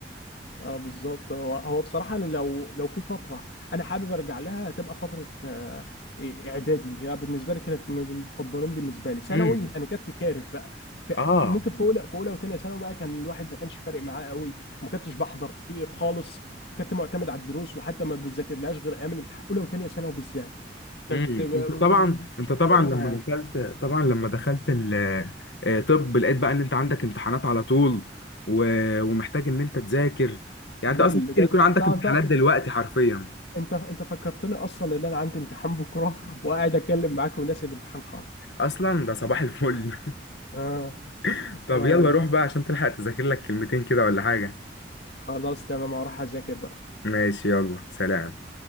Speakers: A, on the left; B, on the left.
A: اه بالظبط هو هو بصراحه انا لو لو في فتره انا حابب ارجع لها هتبقى فتره آه، إيه، اعدادي هي بالنسبه لي كانت من المفضلين بالنسبه لي ثانوي
B: امم
A: انا كنت كارف بقى في
B: اه
A: ممكن في اولى في اولى وثانيه ثانوي بقى كان الواحد ما كانش فارق معاه قوي وما كنتش بحضر كتير خالص وكنت معتمد على الدروس وحتى ما بذاكرلهاش غير ايام الامتحان اولى وثانيه ثانوي بالذات كانت
B: امم
A: ب-
B: انت طبعا انت طبعا
A: ضاربها
B: لما
A: يعني
B: دخلت طبعا لما دخلت ال آه، طب لقيت بقى ان انت عندك امتحانات على طول و... ومحتاج ان انت تذاكر يعني انت
A: لول
B: اصلا ممكن
A: ده
B: يكون عندك
A: انت
B: امتحانات دلوقتي
A: انت
B: حرفيا
A: انت انت فكرتني اصلا ان انا عندي امتحان بكره وقاعد اتكلم معاك وناسي الامتحان خالص
B: اصلا ده صباح الفل
A: آه.
B: <laughs> طب
A: طيب
B: يلا روح بقى عشان تلحق تذاكر لك كلمتين كده ولا حاجة
A: خلاص تمام هروح اذاكر بقى
B: ماشي يلا سلام